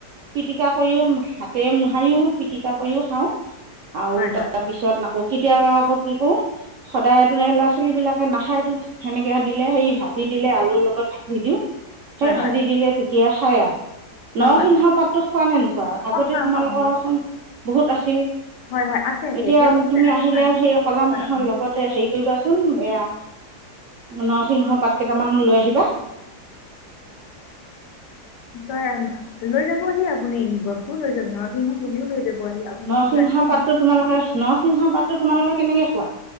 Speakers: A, on the right (about 70°); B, on the left (about 80°).
A: পিটিকা কৰিও হাতেৰে মূহাৰিও টিকা কৰিও খাওঁ।
B: হয়
A: আৰু
B: হয় হয়
A: তাৰপিছত আকৌ কেতিয়াবা আকৌ কি কৰো সদায়তো এই ল'ৰা ছোৱালী বিলাকে নাখাইো সেনেকে দিলে সে ভাজি দিলে আলুৰ লগত ভাজি দিওঁ সেই
B: হয় হয়
A: ভাজি দিলে তেতিয়া সেইয়া
B: হয়
A: নৰসিংহ
B: হয়
A: পাতো খোৱা নে নোখোৱা আগতে
B: অঁ হয়
A: তোমালোকৰচোন
B: হয়
A: বহুত আছিল
B: হয় হয় আছে আছে
A: এতিয়া
B: এতিয়াও আছে
A: তুমি
B: আহি
A: আহিলে
B: আহি-
A: সেই কলা
B: হয়
A: মাহৰ
B: হয়
A: লগতে হেৰি কৰিবাচোন এয়া নৰসিংহ পাত কেইটামানো লৈ আহিবা
B: পাৰা লৈ যাবহি আপুনি বস্তুও লৈ যাব নৰসিংহ পুলিও লৈ যাব আহি আপোনালোকক
A: নসিংহ
B: লাগি
A: পাতটো তোমালোকে নখ নৰসিংহ পাতো তোমালোকে কেনেকে খোৱা